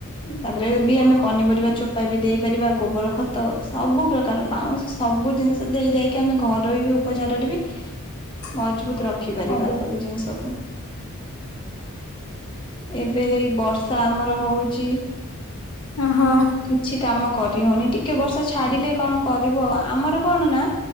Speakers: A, on the left (about 25°); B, on the left (about 80°).
A: ତା ପରେ ବି ଆମେ ପନିପରିବା ଚୋପା ବି ଦେଇପାରିବା, ଗୋବର ଖତ, ସବୁ ପ୍ରକାର ପାଉଁଶ, ସବୁ ଜିନିଷ ଦେଇଦାଇକି ଆମେ ଘରୋଇ ବି ଉପଚାରରେ ବି
B: ହଁ <unintelligible>
A: ମଜବୁତ ରଖିପାରିବା ସବୁ ଜିନିଷକୁ। ଏବେ ହେଇ ବର୍ଷା ଆମର ହଉଚି।
B: ଓହୋ
A: କିଛି କାମ କରି ହଉନି ଟିକେ ବର୍ଷା ଛାଡିଲେ କଅଁ କରିବୁ ଆଉ, ଆଁ ଆମର କଣ ନା